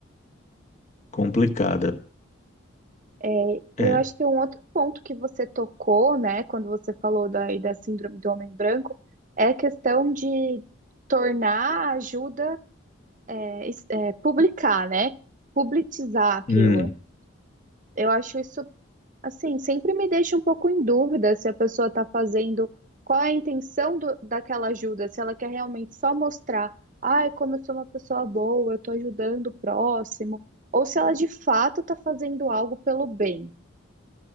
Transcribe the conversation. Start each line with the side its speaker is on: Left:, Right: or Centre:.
Left: complicada.
Right: É, E
Left: É,
Right: eu acho que um outro ponto que você tocou, né, quando você falou da, aí da síndrome do homem branco, é a questão de tornar a ajuda, é, es- é, publicar, né, publicizar aquilo.
Left: hum,
Right: Eu acho isso, assim, sempre me deixa um pouco em dúvida se a pessoa está fazendo, qual é a intenção do- daquela ajuda, se ela quer realmente só mostrar, ai, como eu sou uma pessoa boa, eu estou ajudando o próximo, ou se ela de fato está fazendo algo pelo bem.